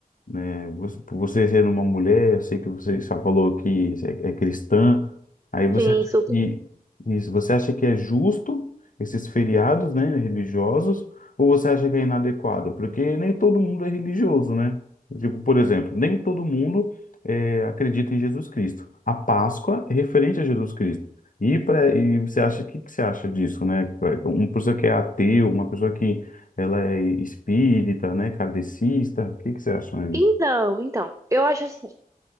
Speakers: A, on the left; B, on the right.
A: né? Você, por você ser uma mulher, eu sei que você só falou que é, é cristã. Aí você
B: Sim,
A: acha
B: sou
A: que, isso, você acha que é justo esses feriados, né, religiosos, ou você acha que é inadequado? Porque nem todo mundo é religioso, né? Tipo, por exemplo, nem todo mundo é, acredita em Jesus Cristo. A Páscoa é referente a Jesus Cristo. E, pra, e você acha, o que, que você acha disso, né? Uma pessoa que é ateu, uma pessoa que ela é espírita, né? Kardecista, o que, que você acha aí?
B: Então, então, eu acho assim